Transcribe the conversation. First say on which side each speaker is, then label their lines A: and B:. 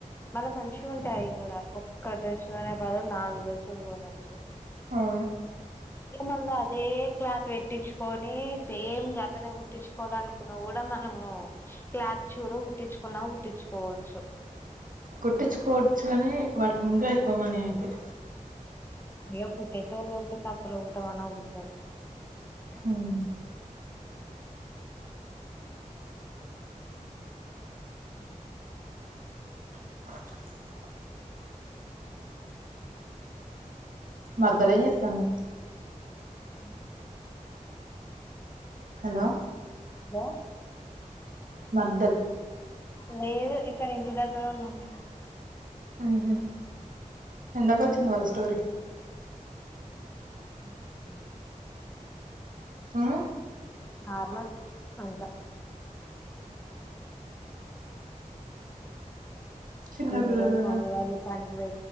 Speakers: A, on the left; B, on the right.
A: మళ్ళా మంచిగా ఉంటాయి అయి కూడా. ఒక్క డ్రెస్సు కొనే బదులు నాలుగు డ్రెస్సులు కొనచ్చు
B: ఆ
A: ఏమల్ల అదే క్లాత్ పెట్టించుకోని సేమ్ గట్లనే కుట్టించుకోవాలను కున్న కూడా మనము క్లాత్ చూడ కుట్టించుకున్నా కుట్టించుకోవచ్చు
B: కుట్టించుకోవచ్చు కాని వాటికి ఇంకా ఎక్కువ మనీ అయితాయ్
A: ఇగ కుట్టేటోళ్ళుంటే తక్కుల కుట్టమన్న కుడతారు
B: హుమ్
A: మ్
B: హ <inaudible> మర్దలేం చేత్తాంది
A: మ్
B: హలో
A: హలో
B: మర్దల్
A: లేదు ఇక్కడ ఇంటి దగ్గర ఉన్నాం మేం
B: ఊహు ఎందకు చిన్ని వాళ్ళ స్టోరీ
A: మ్ <inaudible>
B: మ్
A: నార్నల్ అంతా అఓ <inaudible>
B: చిన్న
A: ఇన్నిరోజులు
B: పిల్లలు కదా
A: మమ్మీ వాళ్ళు పని వే